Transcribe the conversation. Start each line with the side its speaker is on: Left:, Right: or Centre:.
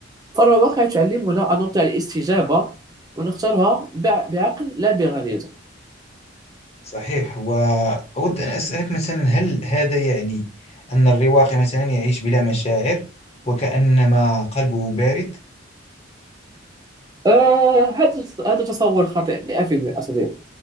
Right: فالرواقي تعلمنا أن نطيع الاستجابة ونختارها بع- بعقل لا بغريزة
Left: صحيح وأود أن أسألك مثلا هل هذا يعني أن الرواقي مثلا يعيش بلا مشاعر وكأنما قلبه بارد
Right: آه هذا هذا تصور خاطئ 100% صديقي